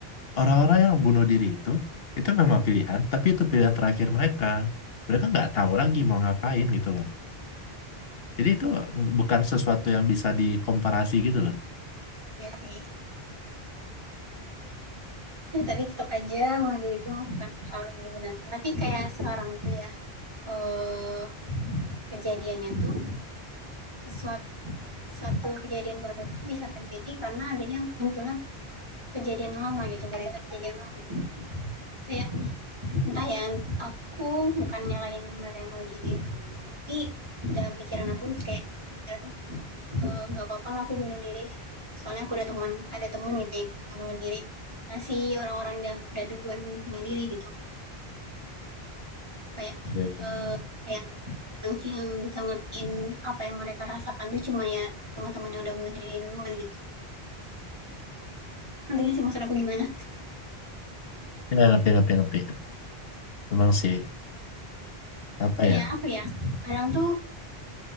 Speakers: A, on the left (about 70°); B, on the right (about 25°).
A: Orang-orang yang bunuh diri itu, itu memang pilihan, tapi itu pilihan terakhir mereka. Mereka nggak tahu lagi mau ngapain gitu loh. Jadi itu bukan sesuatu yang bisa dikomparasi gitu loh.
B: ya sih. Ya, Tapi tetap aja bunuh itu bukan hal yang dibenarkan. Tapi kayak sekarang tuh ya eh kejadiannya tuh sesuatu satu kejadian baru tuh bisa terjadi karena adanya munculnya kejadian lama gitu berita kejadian lama kayak entah ya aku bukan nyalain mereka yang bunuh diri tapi dalam pikiran aku kayak mikir tuh eh, nggak apa-apa lah aku bunuh diri soalnya aku ada teman ada temen gitu ya, yang bunuh diri ngasih orang-orang yang udah udah duluan bunuh diri gitu kayak
A: Iya, iya.
B: kayak yang, yang bisa ngertiin apa yang mereka rasakan tuh cuma ya teman-temannya udah bunuh diri duluan gitu nantinya sih maksud aku gimana
A: Nggak ngerti, ngerti, ngerti. Memang sih, apa
B: kayak
A: ya?
B: apa ya kadang tuh